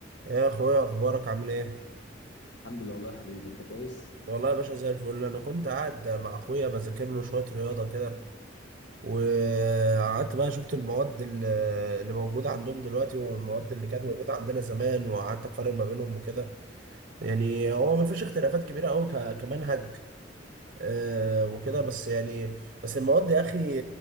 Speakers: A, on the right; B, on the left.
A: يا اخويا اخبارك عامل ايه
B: الحمد لله والله يا حبيبي انت كويس
A: والله يا باشا زي الفل انا كنت قاعد مع اخويا بذاكر له شويه رياضه كده وقعدت بقى شفت المواد ال- اللي موجوده عندهم دلوقتي والمواد اللي كانت موجوده عندنا زمان وقعدت اقارن ما بينهم وكده يعني هو ما فيش اختلافات كبيره قوي كمنهج آه، وكده بس يعني بس المواد يا اخي